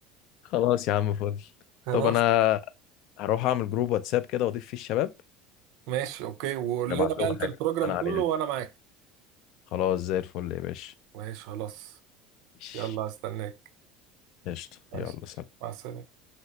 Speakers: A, on the left (about 55°); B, on the right (about 70°).
A: خلاص يا عم فل
B: خلاص
A: طب انا هروح اعمل جروب واتساب كده واضيف فيه الشباب
B: ماشي اوكي وقول
A: نبعت
B: لنا
A: لهم
B: بقى انت
A: حاجة
B: البروجرام
A: انا عليها
B: كله وانا معاك
A: خلاص زي الفل يا باشا
B: ماشي خلاص
A: ماشي.
B: يلا هستناك
A: قشطة
B: ماشي
A: يلا سلام
B: مع السلامه